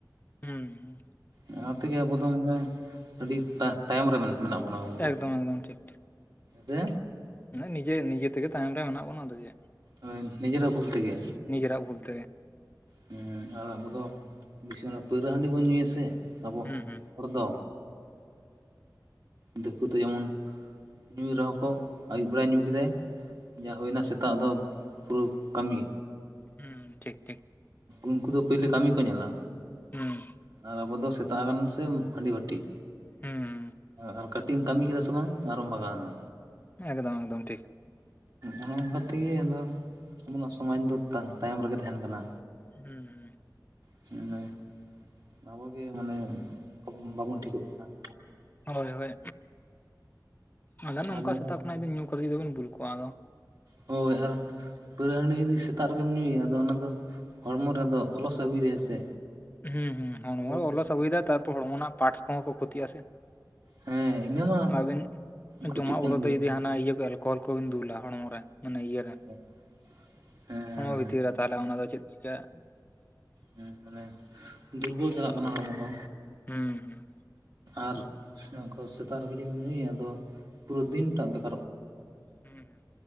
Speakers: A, on the left (about 25°); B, on the right (about 60°).
A: ᱦᱩᱸ
B: ᱚᱱᱟ ᱛᱮᱜᱮ ᱟᱵᱚ ᱫᱚ ᱟᱹᱰᱤ ᱛᱟᱭᱚᱢ ᱨᱮ ᱢᱮᱱᱟᱜ ᱵᱚᱱᱟ ᱜᱚᱢᱠᱮ
A: ᱮᱠᱫᱚᱢ ᱮᱠᱫᱚᱢ ᱴᱷᱤᱠ
B: ᱥᱮ
A: ᱱᱤᱡᱮ ᱱᱤᱡᱮ ᱛᱮ ᱜᱮ ᱛᱟᱭᱚᱢ ᱨᱮ ᱢᱮᱱᱟᱜ ᱵᱚᱱᱟ ᱟᱫᱚ ᱪᱮᱫ
B: ᱦᱚᱭ ᱱᱤᱡᱮᱨᱟᱜ ᱵᱷᱩᱞ ᱛᱮᱜᱮ
A: ᱱᱤᱡᱮᱨᱟᱜ ᱵᱷᱩᱞ ᱛᱮᱜᱮ
B: ᱦᱩ ᱟᱨ ᱟᱵᱚ ᱫᱚ ᱵᱤᱥᱤ ᱚᱱᱟ ᱯᱟᱹᱣᱨᱟᱹ ᱦᱟᱺᱰᱤ ᱵᱚᱱ ᱧᱩᱭᱟᱥᱮ ᱟᱵᱚ
A: ᱦᱩᱸ ᱦᱩᱸ
B: ᱦᱚᱲ ᱫᱚ ᱫᱤᱠᱩ ᱫᱚ ᱡᱮᱢᱚᱱ ᱧᱩᱭ ᱨᱮᱦᱚᱸ ᱠᱚ ᱟᱹᱭᱩᱵ ᱵᱮᱲᱟ ᱧᱩ ᱠᱮᱫᱟᱭ ᱡᱟ ᱦᱩᱭᱱᱟ ᱥᱮᱛᱟᱜ ᱫᱚ ᱯᱩᱨᱟᱹ ᱠᱟᱹᱢᱤ
A: ᱦᱩᱸ ᱴᱷᱤᱠ ᱴᱷᱤᱠ
B: ᱩᱱᱠᱩ ᱫᱚ ᱯᱳᱭᱞᱳ ᱠᱟᱹᱢᱤ ᱠᱚ ᱧᱮᱞᱟ
A: ᱦᱩᱸ
B: ᱟᱵᱚᱫᱚ ᱥᱮᱛᱟᱜ ᱟᱠᱟᱱ ᱥᱮ ᱦᱟᱺᱰᱤ ᱵᱟᱹᱴᱷᱤ
A: ᱦᱩᱸ
B: ᱟᱨ ᱠᱟᱹᱴᱤᱡ ᱮᱢ ᱠᱟᱹᱢᱤ ᱠᱮᱫᱟ ᱥᱮ ᱵᱟᱝ ᱟᱨᱚᱢ ᱵᱟᱜᱟᱣ ᱮᱱᱟ
A: ᱮᱠᱫᱚᱢ ᱮᱠᱫᱚᱢ ᱴᱷᱤᱠ
B: ᱚᱱᱮ ᱚᱱᱠᱟ ᱛᱮ ᱜᱮ ᱟᱫᱚ ᱟᱵᱚᱱᱟᱜ ᱥᱚᱢᱟᱡᱽ ᱫᱚ ᱛᱟᱭᱚᱢ ᱨᱮ ᱜᱮ ᱛᱟᱦᱮᱱ ᱠᱟᱱᱟ
A: ᱦᱩᱸ ᱦᱩᱸ
B: <unintelligible> ᱟᱵᱚᱜᱮ ᱢᱟᱱᱮ ᱵᱟᱵᱚᱱ ᱴᱷᱤᱠᱚᱜ ᱠᱟᱱᱟ
A: ᱦᱳᱭ ᱦᱳᱭ ᱟᱫᱚ
B: ᱟᱨ
A: ᱚᱝᱠᱟ
B: ᱡᱟᱦᱟᱸ
A: ᱥᱮᱛᱟᱜ ᱠᱷᱚᱱᱟᱜ ᱫᱚ ᱧᱩ ᱠᱟᱛᱮᱛ ᱫᱚᱵᱚᱱ ᱵᱩᱞ ᱠᱚᱜ-ᱟ ᱟᱫᱚ
B: ᱦᱳᱭ ᱟᱨ ᱯᱟᱹᱣᱨᱟᱹ ᱦᱟᱺᱰᱤ ᱡᱩᱫᱤ ᱥᱮᱛᱟᱜ ᱨᱮᱜᱮᱢ ᱧᱩᱭᱟ ᱟᱫᱚ ᱚᱱᱟ ᱫᱚ ᱦᱚᱲᱢᱚ ᱨᱮᱫᱚ ᱟᱞᱚᱥ ᱟᱹᱜᱩᱭ ᱜᱮᱭᱟᱭ ᱥᱮ
A: ᱦᱩᱸ ᱦᱩᱸ ᱦᱚᱲᱢᱚ
B: ᱟᱫᱚ
A: ᱚᱞᱚᱥ ᱟᱹᱜᱩᱭᱮᱫᱟ ᱛᱟᱨᱯᱚᱨ ᱦᱚᱲᱢᱚ ᱨᱮᱱᱟᱜ ᱯᱟᱨᱴᱥ ᱠᱚᱦᱚᱸ ᱠᱚ ᱠᱷᱚᱛᱤᱜ ᱟᱥᱮ
B: ᱦᱮᱸ ᱤᱱᱟᱹ ᱢᱟ
A: ᱟᱵᱤᱱ
B: ᱠᱷᱚᱛᱤᱜ
A: ᱡᱚᱢᱟᱜ
B: ᱠᱟᱱ
A: ᱵᱚᱫᱚᱞ
B: ᱜᱮᱭᱟ
A: ᱛᱮ ᱡᱩᱫᱤ ᱦᱟᱱᱟ ᱤᱭᱟᱹ ᱠᱚ ᱮᱞ ᱠᱚᱞ ᱠᱚᱵᱤᱱ ᱫᱩᱞᱟ ᱢᱟᱱᱮ ᱤᱭᱟᱹ ᱨᱮ
B: ᱦᱮᱸ ᱦᱮᱸ
A: ᱦᱟᱲᱢᱚ
B: ᱦᱮᱸ
A: ᱵᱷᱤᱛᱤᱨ ᱨᱮ ᱛᱟᱦᱚᱞᱮ ᱚᱱᱟ ᱫᱚ ᱪᱮᱫ ᱪᱤᱠᱟᱹᱜ-ᱟ
B: ᱦᱩ ᱢᱟᱱᱮ ᱫᱩᱨᱵᱚᱞ ᱪᱟᱞᱟᱜ ᱠᱟᱱᱟ ᱦᱚᱲᱢᱚ ᱠᱚ
A: ᱦᱩᱸ ᱦᱩᱸ
B: ᱟᱨ ᱚᱱᱟ ᱠᱚ ᱥᱮᱛᱟᱜ ᱨᱮᱜᱮ ᱡᱩᱫᱤᱢ ᱧᱩᱭᱟ ᱟᱫᱚ ᱯᱩᱨᱟᱹ ᱫᱤᱱᱴᱟᱜ ᱵᱮᱠ
A: ᱦᱩᱸ ᱦᱩᱸ